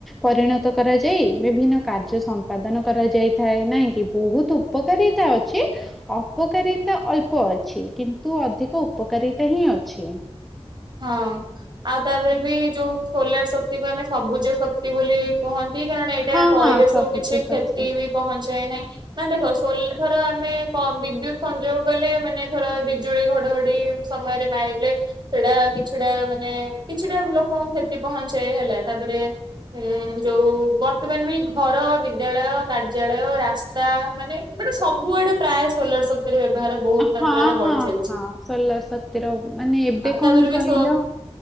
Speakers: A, in the centre; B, on the right.
A: ପରିଣତ କରାଯାଇ ବିଭିନ୍ନ କାର୍ଯ୍ୟ ସମ୍ପାଦନ କରାଯାଇ ଥାଏ ନାଇଁକି ବହୁତ୍ ଉପକାରିତା ଅଛି ଅପକାରିତା ଅଳ୍ପ ଅଛି କିନ୍ତୁ ଅଧିକ ଉପକାରିତା ହିଁ ଅଛି।
B: ହଁ। ଆଉ ତାପରେବି ଯୋଉ ସୋଲାର ଶକ୍ତିକୁ ଆମେ ସବୁଜ ଶକ୍ତି ବୋଲି କୁହନ୍ତି କାରଣ ଏ ଏଇଟା
A: ହଁ
B: ପରିବେଶକୁ
A: ହଁ ସବୁଜ
B: କିଛି କ୍ଷତିବି
A: ଅଛି।
B: ପହଞ୍ଚାଏ ନାହିଁ। ନା ଦେଖ ସୋଲ୍ ଧର ଆମେ କଁ ବିଦ୍ୟୁତ ସଂଯୋଗ କଲେ ମାନେ ଧର ବିଜୁଳି ଘଡ଼ଘଡ଼ି ସମୟରେ ମାଇବ୍ଲେକ୍ ସେଟା କିଛିଟା ମାନେ କିଛିଟା ଲୋକ କ୍ଷତି ପହଞ୍ଚାଇ ହେଲା ତାପରେ ହୁଁ ଯୋଉ ବର୍ତ୍ତମାନବି ଘର ବିଦ୍ୟାଳୟ କାର୍ଯ୍ୟାଳୟ ରାସ୍ତା ମାନେ ମାନେ ସବୁଆଡ଼େ ପ୍ରାୟ ସୋଲାର ଶକ୍ତିର ବ୍ୟବହାର ବହୁତ୍ ମାତ୍ରାରେ
A: ହଁ ହଁ
B: ବଢ଼ି ଚାଲିଚି
A: ହଁ ସୋଲାର ଶକ୍ତିର ମାନେ ଏବେ
B: ତାପରେ
A: କଣ
B: ବି
A: କହିଲ